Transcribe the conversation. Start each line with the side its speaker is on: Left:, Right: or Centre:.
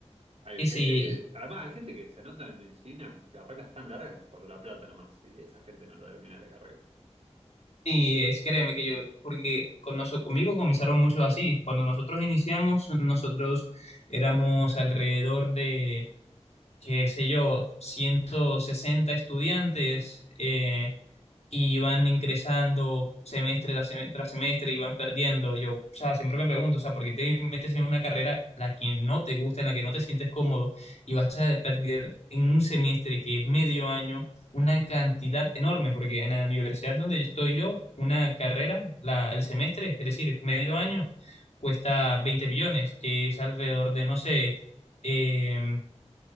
Right: Hay
Left: y
Right: gente
Left: sí,
Right: que, además hay gente que se anota en medicina, carreras tan largas por la plata nomás, y esa gente no termina la carrera.
Left: y es créeme que yo, porque con noso- conmigo comenzaron muchos así. Cuando nosotros iniciamos, nosotros éramos alrededor de, qué sé yo, 160 estudiantes. eh, y van ingresando semestre tras semestre, tras semestre y van perdiendo. Yo, o sea, siempre me pregunto, o sea, ¿por qué te metes en una carrera a la que no te gusta, en la que no te sientes cómodo y vas a perder en un semestre que es medio año una cantidad enorme? Porque en la universidad donde estoy yo, una carrera, la, el semestre, es decir, medio año, cuesta 20 millones, que es alrededor de, no sé, em,